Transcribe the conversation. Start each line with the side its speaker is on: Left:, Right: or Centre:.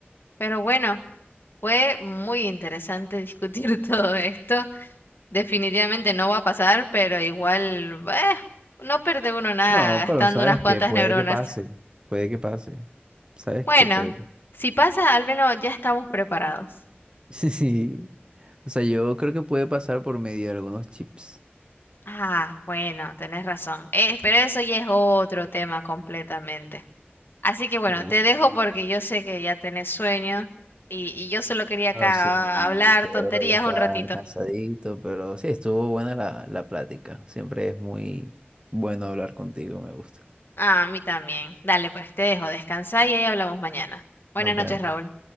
Left: Pero bueno, fue muy interesante discutir <laughs> todo esto. Definitivamente no va a pasar, pero igual, eh, no pierde uno nada
Right: No,
Left: gastando
Right: pero sabes
Left: unas cuantas
Right: que puede
Left: neuronas.
Right: que pase, puede que pase, sabes
Left: Bueno,
Right: que puede que...
Left: si pasa, al menos ya estamos preparados.
Right: <laughs> Sí, o sea, yo creo que puede pasar por medio de algunos chips.
Left: Ah, bueno, tenés razón. Eh, pero eso ya es otro tema completamente. Así que bueno,
Right: Sí,
Left: te
Right: sí.
Left: dejo porque yo sé que ya tenés sueño y, y yo solo quería acá
Right: No sé, mi,
Left: hablar
Right: cerebro
Left: tonterías
Right: ya está
Left: un ratito.
Right: cansadito, pero sí, estuvo buena la, la plática. Siempre es muy bueno hablar contigo, me gusta.
Left: Ah, a mí también. Dale, pues te dejo, descansar y ahí hablamos mañana. Buenas
Right: Nos
Left: noches,
Right: vemos.
Left: Raúl.